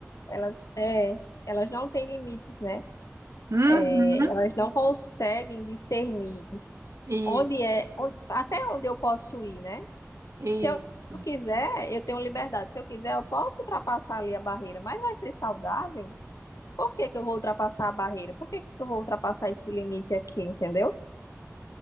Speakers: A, on the left (about 80°); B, on the right (about 70°).
A: Elas, é, elas não têm limites, né?
B: Uhum.
A: É, elas não conseguem discernir
B: E,
A: onde é, onde- até onde eu posso ir, né?
B: isso.
A: Se eu quiser, eu tenho liberdade. Se eu quiser, eu posso ultrapassar ali a barreira, mas vai ser saudável? Por que que eu vou ultrapassar a barreira? Por que que eu vou ultrapassar esse limite aqui, entendeu?